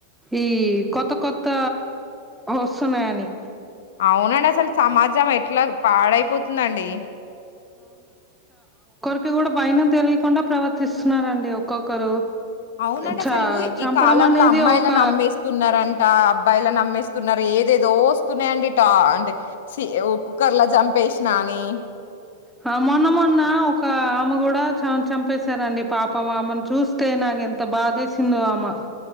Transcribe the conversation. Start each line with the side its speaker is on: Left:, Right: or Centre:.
Centre: ఈ కొత్త కొత్త వస్సున్నాయని
Left: అవునండి అసలు సమాజం ఎట్లాగ్ పాడైపోతుందండి.
Centre: కి గూడా వైనం తెలియికుండ ప్రవర్తిస్తున్నారండి ఒక్కొక్కరు.
Left: అవునండి
Centre: చ
Left: అస్సలు
Centre: చంపడం
Left: ఈ కాలంలో
Centre: అనేది
Left: అమ్మాయలను
Centre: ఒక
Left: అమ్మేస్తున్నారంట అబ్బాయలను అమ్మేస్. త్తున్నారు ఏదేదో వస్తున్నాయండి టా అంటే స్సి ఒ కుక్కర్ ర్ల జంపేషినా అని
Centre: హా మొన్న మొన్న ఒక ఆమె గూడా చ చంపేశారండి పాపం ఆమెను చూస్తే నాకు ఎంత బాధేసిందో ఆమ